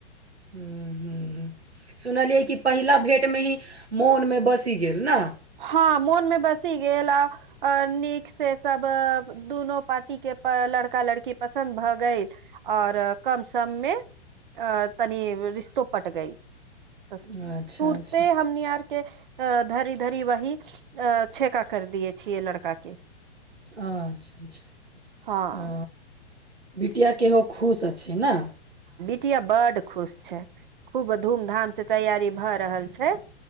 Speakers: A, on the right (about 85°); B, on the right (about 50°).
A: ह ह सुनलियै कि पहिला भेट मे ही मोन मे बसी गेल ने
B: हँ मोन मे बसी गेल आ नीक से सब दुनू पार्टी के लड़का लड़की पसन्द भऽ गेल आओर कम सम मे अ तनी रिश्तो पट गई तऽ
A: अच्छा,
B: तुरते
A: अच्छा।
B: हमनी यारकेधरी धरी वह अ छेेका कर दियए छियै लड़का के
A: अच्छा अच्छा
B: हँ
A: बिटिया केहो खुश छै ने
B: िया बड खुश छै खूब धूम धाम से तैयारी भ रहल छै